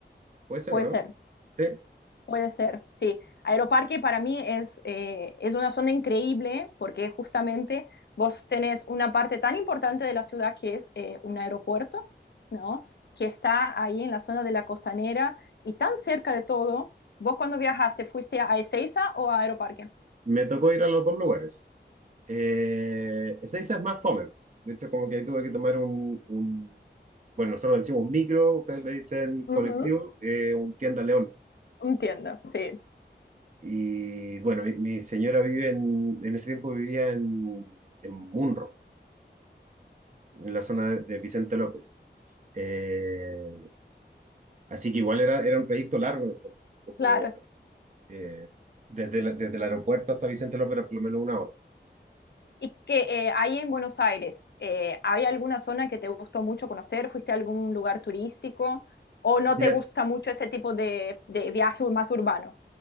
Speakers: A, on the right; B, on the left.
A: ¿Puede ser
B: puede
A: o no?
B: ser.
A: Sí.
B: Puede ser, sí. Aeroparque para mí es, eh, es una zona increíble porque justamente vos tenés una parte tan importante de la ciudad que es eh, un aeropuerto, ¿no? Que está ahí en la zona de la costanera y tan cerca de todo. ¿Vos cuando viajaste fuiste a Ezeiza o a Aeroparque?
A: Me tocó ir a los dos lugares. Eh, Ezeiza es más fome. De hecho, como que ahí tuve que tomar un, un- bueno, nosotros le decimos micro, ustedes le dicen colectivo,
B: Ujú.
A: eh, un tienda León.
B: Entiendo, sí.
A: Y bueno, mi, mi señora vive en, en ese tiempo vivía en, en Munro. en la zona de, de Vicente López. Eh, así que igual era, era un trayecto largo en el fondo, como
B: Claro,
A: eh, desde, la- desde el aeropuerto hasta Vicente López era por lo menos una hora.
B: Y que eh, ahí en Buenos Aires, eh, ¿hay alguna zona que te gustó mucho conocer? ¿Fuiste a algún lugar turístico? ¿O no
A: Mira,
B: te gusta mucho ese tipo de, de viaje más urbano?